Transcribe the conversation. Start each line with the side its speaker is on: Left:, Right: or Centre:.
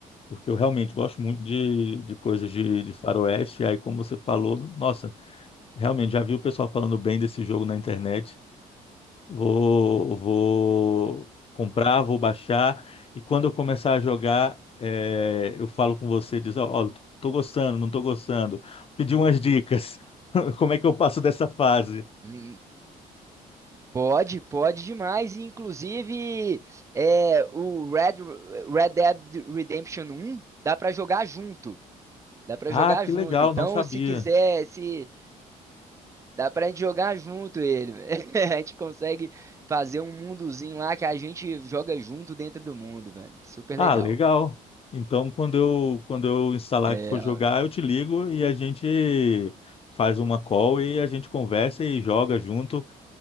Left: porque eu realmente gosto muito de, de coisas de, de faroeste. E aí, como você falou, nossa, realmente já vi o pessoal falando bem desse jogo na internet. Vou, vou comprar, vou baixar, e quando eu começar a jogar, é, eu falo com você, diz, ó, ó, tô gostando, não tô gostando. Pedi umas dicas. <laughs> Como é que eu passo dessa fase?
Right: Hum, Pode, pode demais. E, Inclusive, é, o Red, Red Dead Redemption 1 dá pra jogar junto. Dá pra
Left: Ah,
Right: jogar
Left: que
Right: junto.
Left: legal,
Right: Então,
Left: não sabia.
Right: se quiser, se dá pra gente jogar junto ele. <laughs> A gente consegue fazer um mundozinho lá que a gente joga junto dentro do mundo, velho. Super
Left: Ah,
Right: legal.
Left: legal. Então, quando eu, quando eu instalar
Right: É,
Left: que for jogar, eu te ligo e a gente faz uma call e a gente conversa e joga junto.